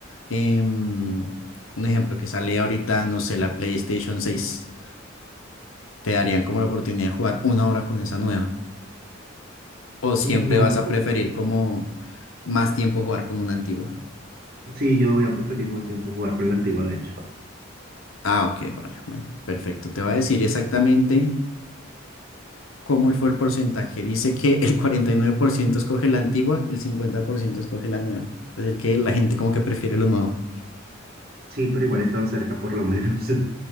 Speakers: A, on the left; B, on the right.
A: em, un ejemplo, que sale ahorita, no sé, la PlayStation 6, te darían como la oportunidad de jugar una hora con esa nueva. O siempre
B: No,
A: vas
B: es
A: a
B: que
A: preferir como más tiempo jugar con una antigua.
B: Sí, yo voy a preferir más tiempo jugar con la antigua, de hecho.
A: Ah, ok, vale, bueno, perfecto. Te va a decir exactamente ¿Cómo fue el porcentaje? Dice que el 49% escoge la antigua, el 50% escoge la nueva. Es decir, que la gente como que prefiere lo nuevo.
B: Sí, pero igual están cerca por lo menos. <laughs>